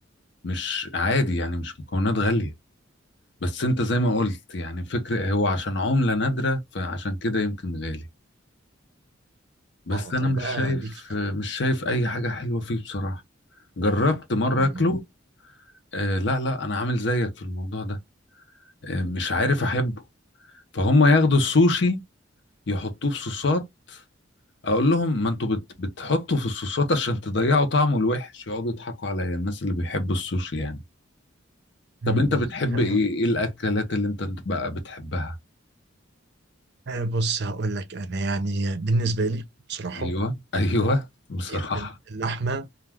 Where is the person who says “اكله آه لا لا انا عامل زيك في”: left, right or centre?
Left